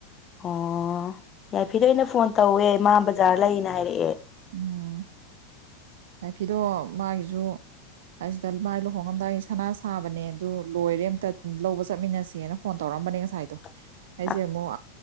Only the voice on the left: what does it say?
ꯑꯣ ꯌꯥꯏꯐꯤꯗ ꯑꯩꯅ ꯐꯣꯟ ꯇꯧꯋꯦ ꯃꯥ ꯕꯖꯥꯔ ꯂꯩꯅ ꯍꯥꯏꯔꯛꯑꯦ
<inaudible>